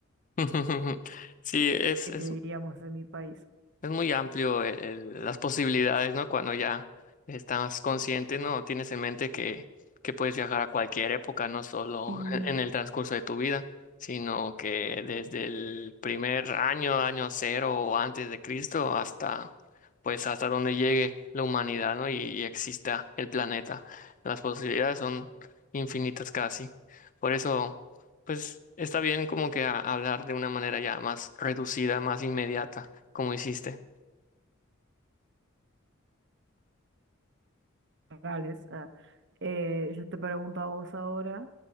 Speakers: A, on the left; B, on the right.
A: <laughs> Sí, es,
B: diríamos,
A: es
B: en mi país.
A: Es muy amplio el- el- las posibilidades, ¿no? Cuando ya estás consciente, ¿no? Tienes en mente que, que puedes viajar a cualquier época, no solo
B: Y
A: en, en el transcurso de tu vida, sino que desde el primer año, año cero o antes de Cristo, hasta, pues, hasta donde llegue la humanidad, ¿no? Y, y exista el planeta. Las posibilidades son infinitas casi. Por eso, pues, está bien como que a- hablar de una manera ya más reducida, más inmediata como hiciste.
B: Morales, ah, eh, yo te pregunto a vos ahora